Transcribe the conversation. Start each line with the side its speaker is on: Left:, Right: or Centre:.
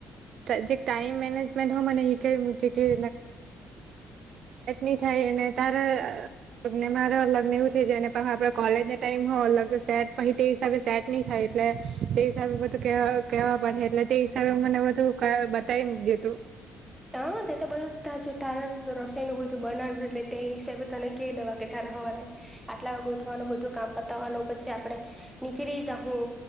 Right: ટમ એક્સેસાઇઝ સીકાવી મૂકજે ની થાય એને તારે લગને મારે અલગ ને એવું થઈ જાયને પણ આપડે કોલેજને ટાઈમ અલગ સેટ પછ તે હિસાબે સેટ નહી થાય એટલે તે હિસાબે બધું કેવા પડે એટલે તે હિસાબે મને ું બતાય જે તું
Centre: હ તો બધું ત તાર રસો નું બધું બનાવું એટલે તે હિસાબે તને કહી દવા કે તારે સવારે આટલા ગોઠવાનું બધું કામ પતાવવાનું પછી આપડે નીકળી જા હું